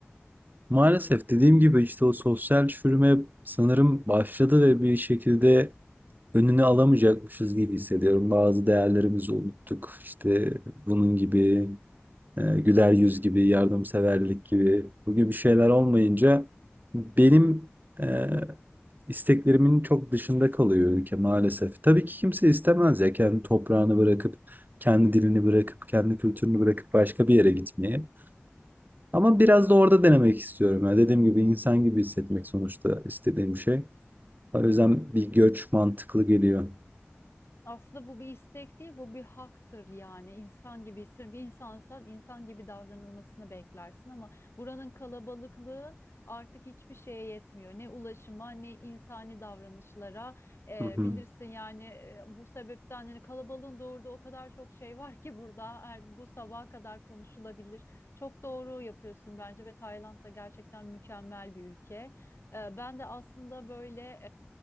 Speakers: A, on the right; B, on the left.
A: Maalesef dediğim gibi işte o sosyal çürüme sanırım başladı ve bir şekilde önünü alamayacakmışız gibi hissediyorum. Bazı değerlerimizi unuttuk. İşte bunun gibi e, güler yüz gibi, yardımseverlik gibi bu gibi şeyler olmayınca benim e, isteklerimin çok dışında kalıyor ülke maalesef. Tabii ki kimse istemez ya kendi toprağını bırakıp, kendi dilini bırakıp, kendi kültürünü bırakıp başka bir yere gitmeyi. Ama biraz da orada denemek istiyorum. Ya dediğim gibi insan gibi hissetmek sonuçta istediğim şey. O yüzden bir göç mantıklı geliyor.
B: Aslında bu bir istek değil, bu bir haktır yani. İnsan gibi hissediyorum. Bir insansan insan gibi davranılmasını beklersin ama buranın kalabalıklığı artık hiçbir şeye yetmiyor. Ne ulaşıma ne insani davranışlara. Eee,
A: Hı
B: bilirsin yani eee, bu sebepten yani kalabalığın doğurduğu o kadar çok şey var ki burada her- bu sabaha kadar konuşulabilir. Çok doğru yapıyorsun bence ve Tayland da gerçekten mükemmel bir ülke. Eee, ben de aslında böyle